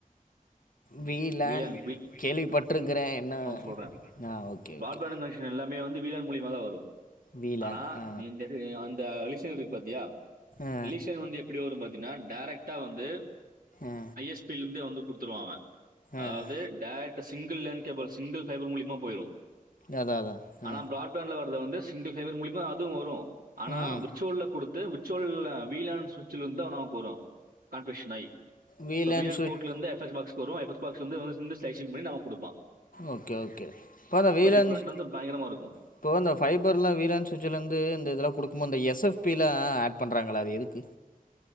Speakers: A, on the left; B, on the right.
A: வி லேன்
B: வீலன்
A: கேள்வி பட்டுருக்குறே என்ன
B: சொல்ற
A: ஆ okay
B: broad
A: okay
B: band connection எல்லாமே வந்து வி லேன் மூலிமாதா வரு
A: வீ லேன்
B: ஆனா
A: ஆ
B: நீ இந்த செரி வந் த அலிஷன் இருக்கு பாத்தியா
A: ஆ
B: லீஷன் வந்து எப்டி வரு பாத் தினா டேரெக்ட்டா வந்து
A: ஆ
B: ஐ எஸ் பிலிருந்துதே வந்து குடுத்துருவாங்க அதாவது
A: ஆ
B: டே single lane cable single fiber மூலிமா போயிரு
A: அதான் அதான் ஆ
B: ஆனா ப்ராட்பேண்ட்ல வரது ‌வந்து சிங்கில் ஃபைபர் மூலியமா அதுவும் வரும் ஆனா
A: ம்
B: விர்ச்சுவல்ல கொடு த்து உச்சோல் வீலாசுச்சல இருந்து தா நமக்கு வரும் கான்பிஷ் ஆய்
A: வீலன்
B: சோ வீஎன்
A: சுவிட்ச்
B: ஃபோ்டல வந்து எப்ஃஎக்ஸ் பாக்ஸ் வரு எப்ஃஎக்ஸ் பாக்ஸ் வந்து ஃபுல்லா சிசிங் பண்ணி நமக்கு குடுப்பா
A: ஓகே ஓகே இப்போ அந்த வீலன்ஸ்
B: டிஃபரெண்ட் வந்து பயங்கரமா இருக்கும்.
A: இப்போ அந்த ஃபைபர்லாம் வீலன்ஸ் ஸ்விட்சலேருந்து இந்த இதெல்லாம் குடுக்குமாோ அந்த எஸ்எஃப் ப்பிலா ஆட் பண்றாங்கள அது எதுக்கு